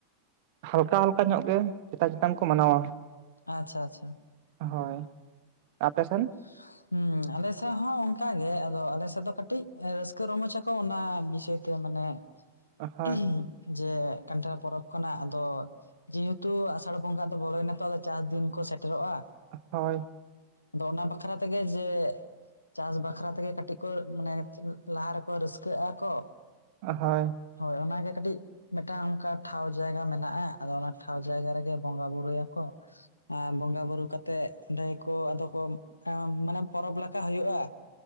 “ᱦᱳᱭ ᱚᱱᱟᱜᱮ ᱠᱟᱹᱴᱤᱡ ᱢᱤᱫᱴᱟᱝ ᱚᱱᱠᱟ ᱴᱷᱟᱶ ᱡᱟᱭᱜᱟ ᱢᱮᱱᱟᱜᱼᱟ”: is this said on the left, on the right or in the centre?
Left